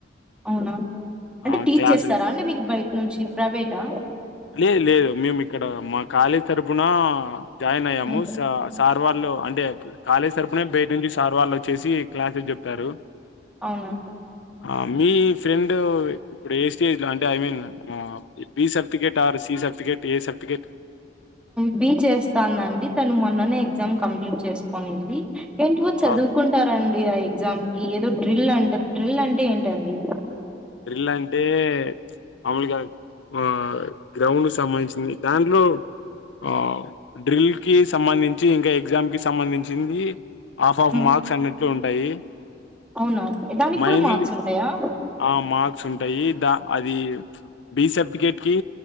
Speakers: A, in the centre; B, on the left.
A: అవునా అంటే
B: ఆ
A: టీచ్
B: క్లాసులు
A: చేస్తారా అంటే మీకు బయట నుంచి ప్రైవేటా
B: లే లేదు మేము ఇక్కడ మా కాలేజ్ తరఫున జాయిన్ అయ్యాము
A: హ్మ్.
B: సార్ సార్ వాళ్ళు అంటే కాలేజ్ తరపున బయట నుంచి సార్ వాళ్ళు వచ్చేసి క్లాసెస్ చెప్తారు
A: అవునా
B: ఆ మీ ఫ్రెండ్ ఇప్పుడు ఏ స్టేజిలో అంటే I mean B certificate or C certificate A certificate
A: B చెస్తాండండి తను మొన్ననే ఎగ్జామ్ కంప్లీట్ చేసుకునింది ఏంటివో చదువుకుంటారండి
B: ఆ
A: ఆ ఎగ్జామ్ ఏదో డ్రిల్ అంటారు డ్రిల్ అంటే ఏంటండి
B: డ్రిల్ అంటే మాములుగా ఆ గ్రౌండ్ సంబంధించింది దాంట్లో ఆ డ్రిల్ కి సంబంధించి ఇంకా ఎగ్జామ్ కి సంబంధించింది ఆఫ్ ఆఫ్
A: హ్మ్.
B: మార్క్స్ అన్నిట్ల ఉంటాయి
A: అవునా దానికి
B: మైన్లీ
A: కూడా మార్క్స్ ఉంటాయా
B: ఆ మార్క్స్ ఉంటాయి దా అది బి సర్టిఫికేట్ కి